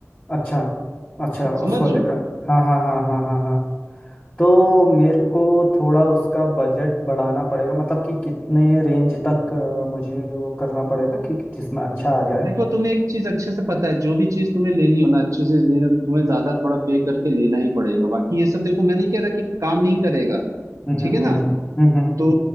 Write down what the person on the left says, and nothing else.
अच्छा अच्छा
उस वाले
का हाँ हाँ हाँ हाँ हाँ हाँ तो मेरे को थोड़ा उसका बजट बढ़ाना पड़ेगा मतलब कि कितने रेंज तक अ, मुझे वो करना पड़ेगा कि जिसमें अच्छा आ जाए
हम्म हम्म
हम्म हम्म, हम्म,